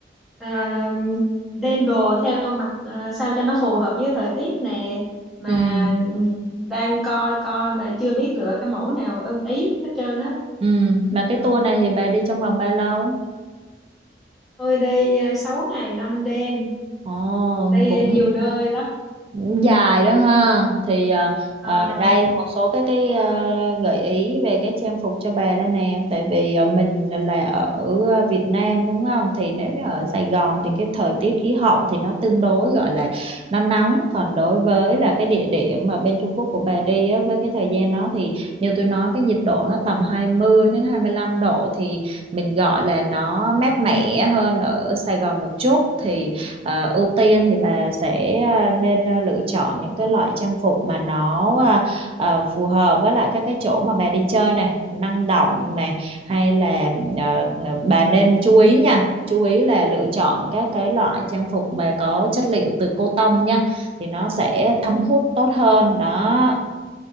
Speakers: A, in the centre; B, on the right (about 30°).
A: à, đem đồ theo mặt à, sao cho nó phù hợp với thời tiết nè mà
B: Ừ.
A: ừm, đang coi coi mà chưa biết lựa cái mẫu nào ưng ý hết trơn á.
B: Ừ. Mà cái tour này thì bà đi trong vòng bao lâu?
A: Tôi đi à, 6 ngày 5 đêm
B: Ồ,
A: đây
B: cũng
A: ờ, nhiều nơi lắm
B: Cũng dài đó ha thì à,
A: à,
B: à, đây một số cái cái à, gợi ý về cái trang phục cho bà đây nè tại vì à, mình là ở à, Việt Nam đúng không thì nếu như ở Sài Gòn thì cái thời tiết khí hậu thì nó tương đối gọi là nó nóng còn đối với là cái địa điểm mà bên Trung Quốc của bà đi á, với cái thời gian đó thì như tôi nói cái nhiệt độ nó tầm hai mươi đến hai mươi lăm độ thì mình gọi là nó mát mẻ hơn ở Sài Gòn một chút thì ờ, ưu tiên thì bà sẽ ờ, nên ờ, lựa chọn những cái loại trang phục mà nó ờ, ờ, phù hợp với lại các cái chỗ mà bà đi chơi này, năng động này hay là ờ,
A: Ừ.
B: bà nên chú ý nha. chú ý là lựa chọn các cái loại trang phục mà có chất liệu từ cotton nha thì nó sẽ thấm
A: ừ,
B: hút tốt hơn đó